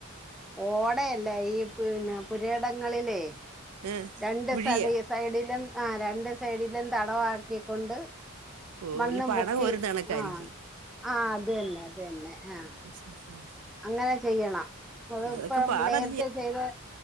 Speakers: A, in the centre; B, on the right (about 80°).
A: ഓടയല്ല ഈ പിന്നെ പുരയിടങ്ങളിലേ
B: ഏഹ്
A: രണ്ട്
B: കുഴിയാ
A: സൈഡി സൈഡിലും ആ രണ്ട് സൈഡിലും തടം ആക്കിക്കൊണ്ട്
B: ഓ
A: മണ്ണും
B: വല്ല പണം
A: പൊക്കി
B: കോരുന്ന കണക്കായിരിക്കും
A: ആഹ് ആഹ് അത് തന്നെ അത് തന്നെ ആഹ്
B: <unintelligible>
A: അങ്ങനെ ചെയ്യണം അതിപ്പം
B: അതൊക്കെ പാടല്ല്യ
A: നേരത്തെ ചെയ്ത്